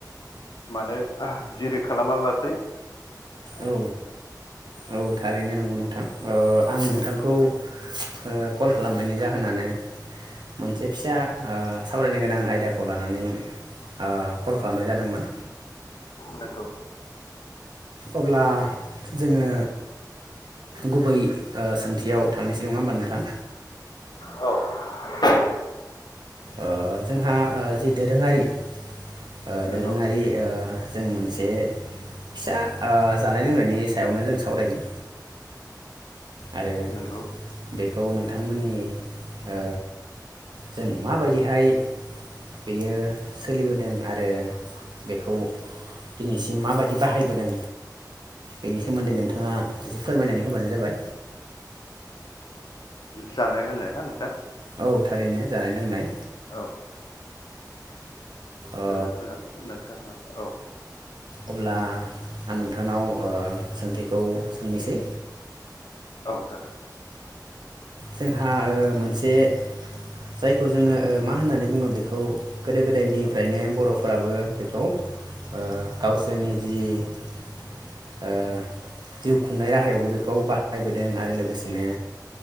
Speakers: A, on the left (about 75°); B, on the right (about 80°).
A: मानो दिरि खालामा लासे
B: औ औ थारैनो नंगौ नोंथां ओ आं नोंथांखौ ओ कल खालामनायनि जाहोनानो मोनसे फिसा ओ सावरायनो गोनां आयदाखौ लानानै ओ कल खालामनाय जादोंमोन।
A: नोंगौ।
B: अब्ला जोङो गुबै ओ सोंथियाव थांनोसै नङा होमबा नोंथां
A: औ
B: ओ जोंहा जि दोरोङारि ओ दोरोङारि
A: नंगौ
B: ओ जों मोनसे फिसा ओ जानाय लोंनायनि सायावनो जों सावरायगोन। आरो
A: नंगौ
B: बे खौ नोंथांमोननि ओ जों माबायदिहाय बेयो सोलिबोदों आरो बेखौ दिनैसिम माबायदि बाहायबोदों बेनि सोमोनदै नोंथाङा एसे फोरमायनानै होबानो जाबाय।
A: जानाय लोंनाय ना नोंथां?
B: औ थारैनो जानाय लोंनाय
A: औ
B: ओ
A: जोबोद मोजां नोंथाङा औ
B: अब्ला आं नोंथांनाव ओ सों थिखौ सोंनोसै।
A: औ जागोन
B: जोंहा ओ मोनसे जायखौ जोङो ओ मा होननानै बुङो बेखौ गोदो गोदायनिफ्रायनो बर'फोराबो बेखौ ओ गावसोरनि जि ओ जिउ खुंनाय राहायावबो बेखौ बाहायबोदों आरो लोगोसेनो